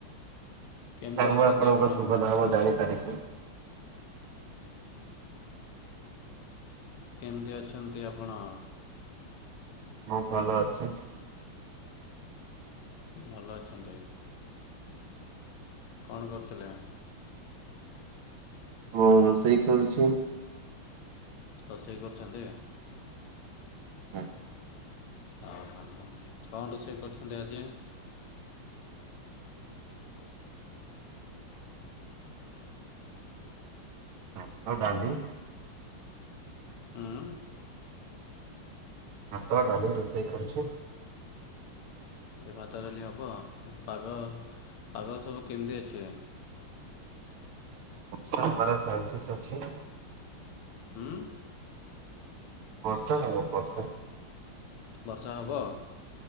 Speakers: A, on the left; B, on the right.
A: କେମିତି
B: ସାର୍
A: ଅଛନ୍ତି
B: ମୁଁ ଆପଣଙ୍କ
A: ଆପଣ
B: ଶୁଭ ନାମ ଜାଣିପାରେ କି?
A: କେମିତି ଅଛନ୍ତି ଆପଣ?
B: ଖୁବ୍ ଭଲ ଅଛି।
A: ଭଲ ଅଛନ୍ତି। କଣ କରୁଥିଲେ ଆ
B: ମୁ ରୋଷଇ କରୁଛି।
A: ରୋଷେଇ କରୁଛନ୍ତି।
B: <inaudible>
A: ଓହୋ। କଣ ରୋଷେଇ କରୁଛନ୍ତି ଆଜି?
B: ଭାତ, ଡାଲି
A: ହୁଁ।
B: ଭାତ, ଡାଲି ରୋଷେଇ କରୁଛି।
A: ଭାତ ଡାଲି ହବ। ପାଗ ପାଗ ସବୁ କେମିତି ଅଛି?
B: ବର୍ଷା ହେବାର ଚନ୍ସେସ ଅଛି।
A: ହୁଁ?
B: ବର୍ଷା ହେବ ବର୍ଷା।
A: ବର୍ଷା ହବ?